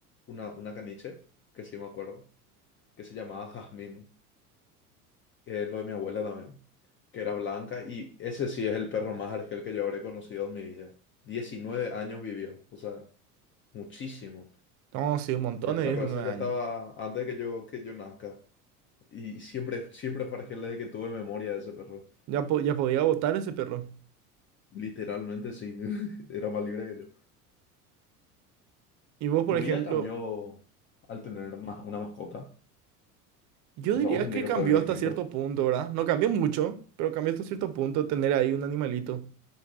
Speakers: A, on the left (about 25°); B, on the right (about 40°).
A: una, una caniche, que sí me acuerdo, que se llamaba Jazmín, eh, lo de mi abuela también, que era blanca y ese sí es el perro más argel que yo habré conocido en mi vida. 19 años vivió, o sea, muchísimo.
B: No, sí, un montón
A: El
B: de
A: perro
B: 19
A: ese ya
B: años.
A: estaba antes de que yo, que yo nazca. Y siempre, siempre fue desde que tuve memoria de ese perro.
B: Ya, po- ya podía votar ese perro.
A: Literalmente sí, <laughs> era más libre que yo.
B: Y vos, por
A: ¿Tu
B: ejemplo,
A: vida cambió al tener más una mascota?
B: yo
A: O
B: diría
A: sea, vos sentís
B: que
A: que
B: cambió
A: fue distinto.
B: hasta cierto punto, ¿verdad? No cambió mucho, pero cambió hasta cierto punto tener ahí un animalito.